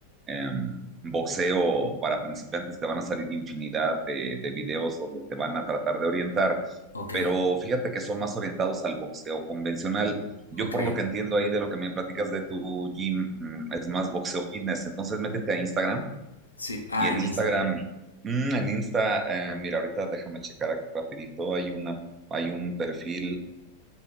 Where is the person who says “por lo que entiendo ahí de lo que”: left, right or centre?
Right